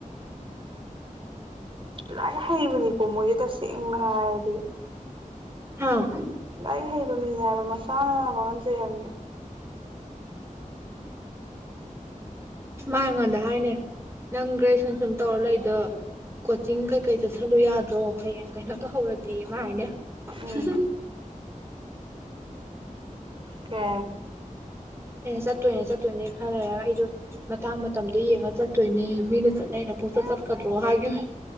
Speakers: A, on the right (about 40°); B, on the right (about 20°).
A: ꯂꯥꯏꯅ ꯍꯩꯕꯅꯤꯀꯣ ꯃꯣꯏꯗꯤꯦ ꯇ ꯦꯡꯉꯗꯤ
B: ꯍꯥꯥ
A: ꯑꯩ ꯍꯩꯕ ꯃꯤꯅꯦ ꯍꯥꯏꯕ ꯃꯁꯥꯅ ꯃꯥꯡꯍꯟꯖꯩꯔꯝꯗꯦ
B: ꯃꯥ ꯑꯩꯉꯣꯟꯗ ꯍꯥꯏꯅꯦ ꯅꯪ ꯒ꯭ꯔꯦꯖꯨꯌꯦꯦꯁꯟꯁꯨꯝ ꯇꯧꯔ ꯂꯩꯗꯣ ꯀꯣꯆꯤꯡ ꯀꯩꯀꯩ ꯆꯠꯁꯜꯂꯨ ꯌꯥꯗ꯭ꯔꯣ ꯍꯌꯦꯡ ꯀꯩꯅꯣ ꯇꯧꯍꯧꯔꯗꯤ ꯃꯥ ꯍꯥꯏꯅꯦ
A: ꯎꯝ
B: ꯁꯁ
A: ꯀꯦ
B: ꯑꯩꯅ ꯆꯠꯇꯣꯏꯅꯦ ꯆꯠꯇꯣꯏꯅꯦ ꯈꯔ ꯂꯩꯔꯒ ꯑꯩꯗꯣ ꯃꯇꯥꯡ ꯃꯇꯝꯗꯣ ꯌꯦꯡꯉ ꯆꯠꯇꯣꯏꯅꯦ ꯃꯤꯅ ꯆꯠꯅ ꯑꯩꯅ ꯄꯨꯡꯆꯠ ꯆꯠꯀꯗ꯭ꯔꯣ ꯍꯥꯏꯈꯤꯕ